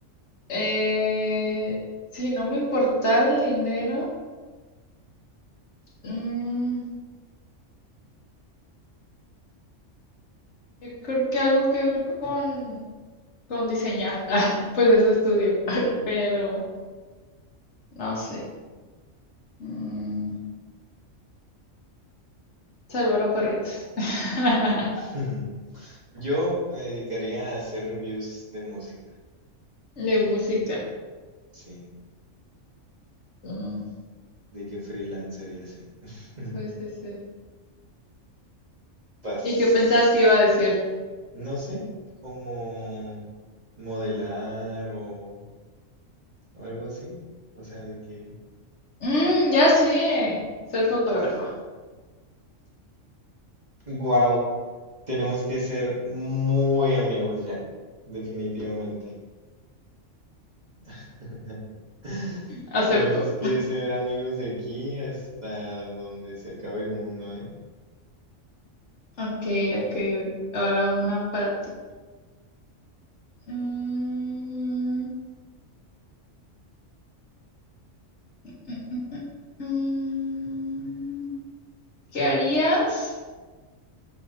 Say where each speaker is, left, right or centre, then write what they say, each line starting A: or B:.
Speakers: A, on the left; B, on the right.
A: Eh, si no me importara el dinero, mm, yo creo que algo que ver con, con diseñar. <laughs> Ay, pues eso estudio. <laughs> Pero no sé. Mm, salvar a perritos. <laughs>
B: <laughs> Yo me dedicaría a hacer reviews de música.
A: De música.
B: Sí,
A: Mm,
B: de que freelancer y así. <laughs>
A: sí, sí, sí.
B: Vas.
A: ¿Y qué pensabas que iba a decir?
B: No sé, como modelar o, o algo así. O sea, de que.
A: "Mm, ya sé, ser fotógrafa.
B: Wow, tenemos que ser muy amigos ya, definitivamente. <laughs>
A: Acepto.
B: Tenemos que ser amigos de aquí hasta donde se acabe el mundo, ¿eh?
A: Ok, ok. Ahora una para ti. Mm, mm, mm, mm. ¿Qué harías?